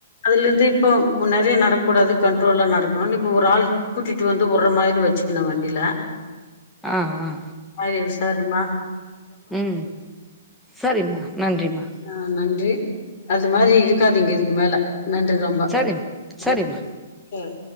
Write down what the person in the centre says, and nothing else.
ஆ ஆ
ம் சரிமா நன்றிமா
சரிம் சரிம்மா